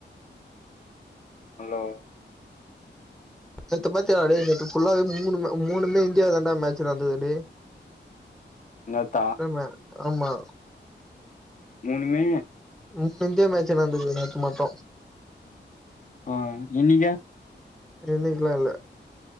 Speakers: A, on the left (about 40°); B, in the centre.
A: ஹலோ
B: நேத்து பாத்தியா டா டேய் நேத்து ஃபுல்லாவே மூணு மூணுமே இந்தியாவ தண்டா மேட்சு நடந்தது டேய்
A: என்ன தா
B: ஆமா ஆமா
A: மூணுமே
B: மூணு இந்தியா மேட்ச என்ன நடந்துது நேத்து மட்டு
A: ஆ இன்னிகா
B: இருந்திக்கலு இல்ல